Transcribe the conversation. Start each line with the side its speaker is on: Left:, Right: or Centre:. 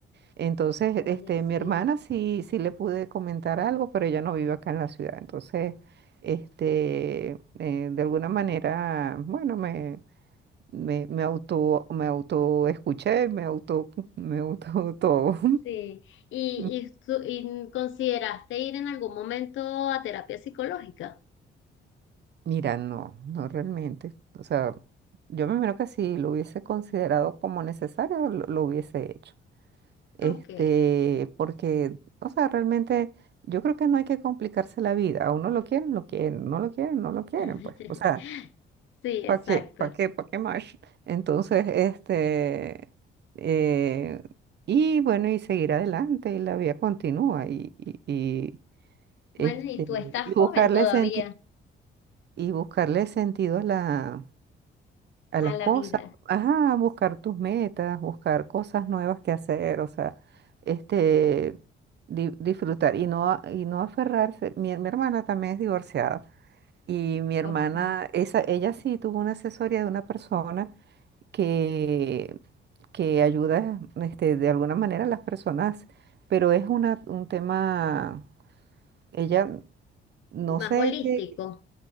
Right: Entonces,
Left: oye,
Right: este,
Left: sí.
Right: mi hermana sí, sí le pude comentar algo, pero ella no vive acá en la ciudad. Entonces, este, eh, de alguna manera, bueno, me, me auto, me auto escuché, me auto, <laughs> me auto todo.
Left: Sí. ¿Y,
Right: <laughs>
Left: y, tú- y consideraste ir en algún momento a terapia psicológica?
Right: Mira, no, no realmente. O sea, yo me imagino que si lo hubiese considerado como necesario, lo, lo hubiese hecho. Este,
Left: Ok.
Right: porque, o sea, realmente yo creo que no hay que complicarse la vida. A uno lo quieren, lo quieren, no lo quieren, no lo quieren,
Left: <laughs>
Right: pues. O sea,
Left: Sí,
Right: ¿Para
Left: exacto.
Right: qué? ¿Para qué? ¿Para qué más? Entonces, este, eh, y bueno, y seguir adelante, y la vida continúa, y, y, y, este,
Left: Bueno, y tú estás
Right: y buscarle
Left: joven todavía
Right: sentido, y buscarle sentido a la, a
Left: a
Right: las
Left: la
Right: cosas,
Left: vida.
Right: ajá, buscar tus metas, buscar cosas nuevas que hacer, o sea, este,
Left: Sí.
Right: di- disfrutar, y no, a- y no aferrarse, mi, mi hermana también es divorciada, y mi hermana,
Left: Ok.
Right: esa, ella sí tuvo una asesoría de una persona, que, que ayuda este, de alguna manera a las personas, pero es una, un tema, ella no
Left: Más
Right: sé
Left: holístico.
Right: qué,